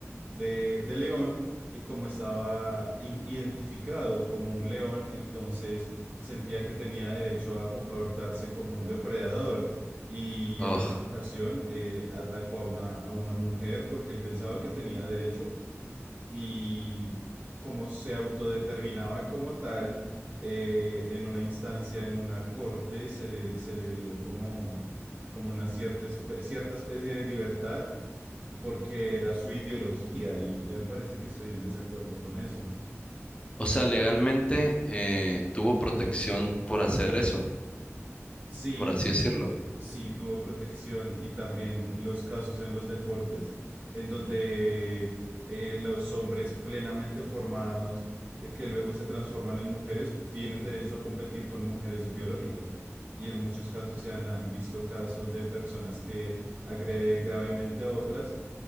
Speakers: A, on the right; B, on the left.
A: de, de león y como estaba in- identificado como un león, entonces sentía que tenía derecho a comportarse como un depredador y
B: Oh.
A: en una ocasión eh, atacó a una, a una mujer porque él pensaba que tenía derecho y como se autodeterminaba como tal, eh, en una instancia, en una corte, se le, se le dio como, como una cierta, espe- cierta especie de libertad porque era su ideología y, y me parece que estoy en desacuerdo con eso.
B: O sea, legalmente eh, tuvo protección por hacer eso,
A: Sí,
B: por así decirlo.
A: sí tuvo protección y también los casos en los deportes, en donde eh, los hombres plenamente formados, eh, que luego se transforman en mujeres, tienen derecho a competir con mujeres biológicas. Y en muchos casos se han ah, visto casos de personas que agreden gravemente a otras